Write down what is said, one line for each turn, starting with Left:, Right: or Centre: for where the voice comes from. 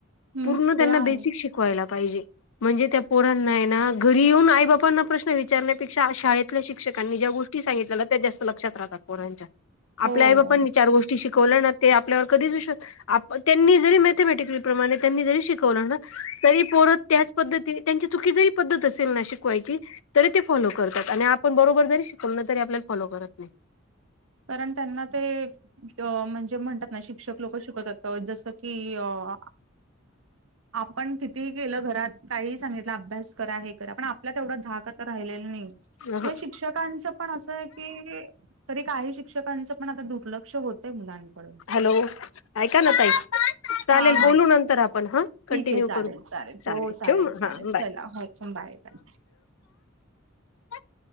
Right: हम्म
Left: पूर्ण त्यांना
Right: ते आहे
Left: बेसिक शिक <inaudible> जे म्हणजे. त्या पोरां घरी येऊन आई बाांना प्रश्न. विचारण्यापेक्षा शाळेतल्या शिक्षकांनी ज्या गोष्टी सांगितल्या त्या जास्त लक्षात राहतात कोणाच्या
Right: हो
Left: आपल्या आई बापांनी चार गोष्टी शिकवल्या ना ते आपल्यावर कधीच <inaudible> विश त्यांनी जरी <inaudible> मथमट प्र त्यांनी जरी शिकवलं तरी <inaudible> परत त्याच पद्धती त्यांची चुकी जरी पद्धत असेल ना शिकवायची तरी ते फॉलो करतात आणि आपण बरोबर जरी शिकवल ना, तरी आपल्याला फॉलो करत नाही.
Right: कारण त्यांना ते त म्हणजे म्हणतात ना शिक्षक लोक शिकवतात जसं की अं आपण कितीही केलं घरात, काहीही सांगितलं अभ्यास करा हे करा पण आ आपला तेवढा धाक राहिलेला नाही
Left: अहं.
Right: पण शिक्षकांच पण असयकी तरी काही शिक्षकांच पण आता दुर्लक्ष होतंय मुलांकडून
Left: हॅलो ऐका ना ताई चालेल
Right: हा हा
Left: बोलू नंतर आपण हा कंटिन्यू
Right: ठीक आहे चालेल
Left: करू, चालेल
Right: हो
Left: ठेव मग
Right: चालेल
Left: हां बाय.
Right: चला हो बाय बाय
Left: <inaudible>